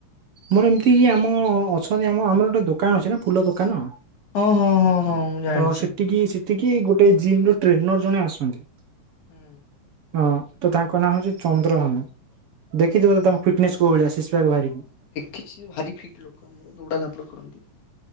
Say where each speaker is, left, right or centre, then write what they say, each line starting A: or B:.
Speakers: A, on the right (about 60°); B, on the left (about 80°).
A: ମୋର ଏମିତି କି ଆମ ଅ ଆମ ଆମର ଗୋଟେ ଦୋକାନ ଅଛି ନା ଫୁଲ ଦୋକାନ
B: ହଁ ହଁ ହଁ ହଁ ମୁଁ ଜାଣିଛି
A: ତ ସେଠିକି ସିଧା ଏଠିକି ଗୋଟେ ଜିମ୍ ର ଟ୍ରେନର ଜଣେ ଆସନ୍ତି।
B: ହୁଁ
A: ହଁ ତ ତାଙ୍କ ନାଁ ହଉଛି ଚନ୍ଦ୍ରହନୁ ଦେଖିଥିବ
B: ହୁଁ
A: ତ ତାଙ୍କ ଫିଟନେସ୍ କୋଉ ଭଳିଆ ସିକ୍ସ ପ୍ୟାକବାହାରିକି-
B: କିଛି ଭାରି ଫିଟ୍ ଲୋକ ଆମର ଦୌଡ଼ା ଧାପଡ଼ କରନ୍ତି।